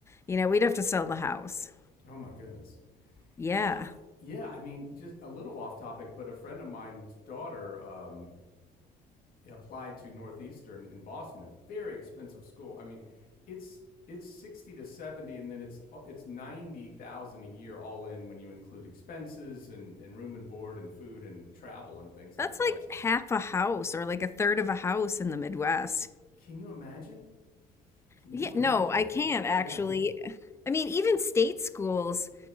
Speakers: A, on the left (about 15°); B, on the left (about 60°).
A: you know, we'd have to sell the house.
B: Oh my goodness.
A: Yeah.
B: Yeah. Yeah, I mean, just a little off topic, but a friend of mine's daughter um, applied to Northeastern in Boston, a very expensive school. I mean, it's it's sixty to seventy, and then it's uh, it's ninety thousand a year all in when you include expenses and and room and board and food and travel and things like
A: That's
B: that.
A: like
B: So,
A: half a house or like a third of a house in the Midwest.
B: can you imagine? Can
A: Yeah,
B: you imagine?
A: no, I can actually.
B: Yeah.
A: I mean, even state schools